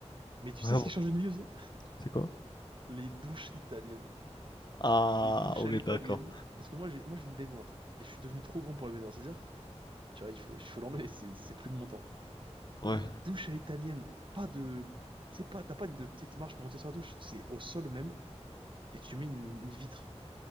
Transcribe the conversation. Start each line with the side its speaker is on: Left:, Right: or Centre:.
Right: Mais tu
Left: Vraiment.
Right: sais ce qui change une vie aussi?
Left: C'est quoi?
Right: Les douches italiennes.
Left: Ah,
Right: Les douches
Left: on
Right: à l'italienne.
Left: est d'accord.
Right: Parce que moi, j'ai moi j'ai une baignoire. Et je suis devenu trop grand pour la baignoire. C'est-à-dire, tu vois, il faut, il faut l'enlever, c'est c'est plus de mon temps.
Left: Ouais.
Right: Et une douche à l'italienne, pas de... Tu sais pas, t'as pas de petite marche pour monter sur la douche. C'est au sol même, et tu mets une, une vitre.